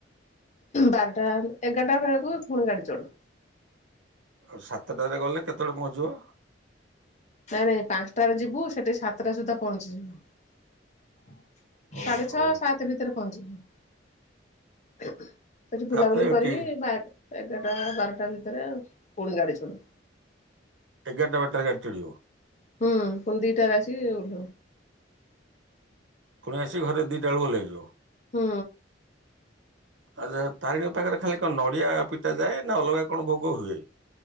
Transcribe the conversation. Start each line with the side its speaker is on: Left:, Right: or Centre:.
Left: ବାରଟା ଏଗାରଟା ବେଳୁକୁ ଫୁଣି ଗାଡ଼ି ଚଢୁ।
Right: ଆଉ ସାତଟାରେ ଗଲେ କେତଳେ ପହଞ୍ଚିବ?
Left: ନାଁ ନାଇଁ ପାଂଶଟାରେ ଯିବୁ ସେଠି ସତଟା ସୁଦ୍ଧା ପହଞ୍ଚିଯିବୁ।
Right: ଓହୋ
Left: ସାଢ଼େ ଛଅ ସାତେ ଭିତରେ ପହଞ୍ଚିବୁ। ସେଠି
Right: ତାପରେ
Left: ବୁଲାବୁଲି
Right: ଏଠି
Left: କରିକି ବା ଏଗାରଟା ବାରଟା ଭିତରେ ପୁଣି ଗାଡ଼ି ଚଢ଼।
Right: ଏଗାରଟା ବାରଟାରେ ଗାଡ଼ି ଚଢ଼ିବ?
Left: ହୁଁ ପୁଣି ଦିଟାରେ ଆସି ଉଲ୍ହଉ।
Right: ପୁଣି ଆସି ଘରେ ଦିଇଟା ଓଳୁ ଓଲ୍ହେଇଯିବ।
Left: ହୁଁ।
Right: ଆଚ୍ଛା ତାରିଣୀଙ୍କ ପାଖରେ ଖାଲି କଣ ନଡ଼ିଆ ପିଟା ଯାଏ ନାଁ ଅଲଗା କଣ ଭୋଗ ହୁଏ?